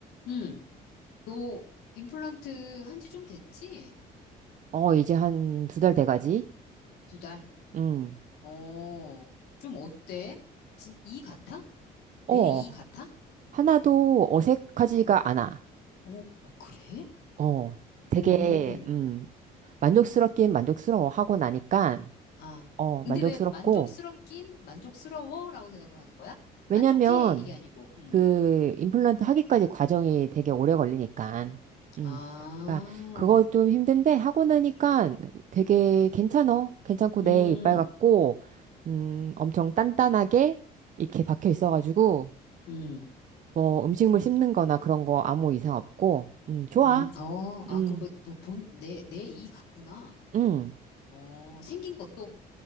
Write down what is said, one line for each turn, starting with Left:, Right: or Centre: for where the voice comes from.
Left: 응, 너 임플란트 한 지 좀 됐지?
Right: 어, 이제 한 두 달 돼가지?
Left: 두 달.
Right: 음.
Left: 어, 좀 어때? 진, 이 같아? 내
Right: 어,
Left: 이 같아?
Right: 하나도 어색하지가
Left: 어,
Right: 않아.
Left: 어, 어, 그래?
Right: 어, 되게,
Left: 오,
Right: 음, 만족스럽긴 만족스러워 하고 나니까,
Left: 아.
Right: 어,
Left: 근데
Right: 만족스럽고,
Left: 왜 만족스럽긴? 만족스러워? 라고 대답을 하는 거야?
Right: 왜냐면,
Left: 만족해? 이게 아니고, 음.
Right: 그, 임플란트 하기까지 과정이 되게 오래 걸리니까, 음.
Left: 아,
Right: 그러니까 그거 좀 힘든데, 하고 나니까 되게 괜찮어. 괜찮고,
Left: 음,
Right: 내 이빨 같고, 음, 엄청 단단하게 이렇게 박혀 있어가지고,
Left: 음,
Right: 뭐 음식물 씹는 거나 그런 거 아무 이상 없고, 음, 좋아.
Left: 음, 어, 아,
Right: 음,
Left: 그리고 너 본, 내, 내 이 같구나.
Right: 음,
Left: 어, 생긴 것도